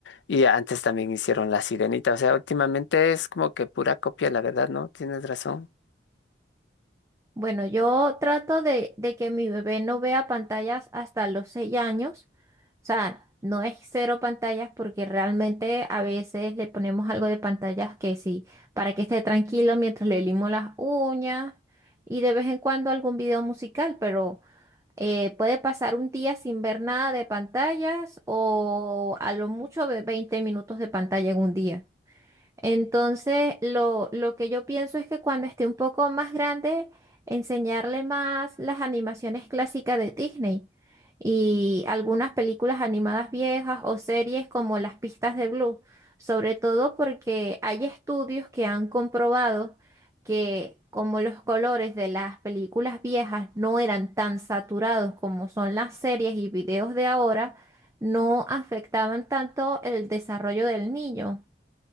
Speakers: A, on the left; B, on the right.
A: y antes también hicieron La Sirenita, o sea, últimamente es como que pura copia, la verdad, ¿no? Tienes razón.
B: Bueno, yo trato de, de que mi bebé no vea pantallas hasta los 6 años. O sea, no es cero pantallas porque realmente a veces le ponemos algo de pantallas que sí, para que esté tranquilo mientras le limo las uñas y de vez en cuando algún video musical, pero eh, puede pasar un día sin ver nada de pantallas o a lo mucho ve- 20 minutos de pantalla en un día. Entonces, lo, lo que yo pienso es que cuando esté un poco más grande, enseñarle más las animaciones clásicas de Disney y algunas películas animadas viejas o series como Las Pistas de Blue, sobre todo porque hay estudios que han comprobado que como los colores de las películas viejas no eran tan saturados como son las series y videos de ahora, no afectaban tanto el desarrollo del niño.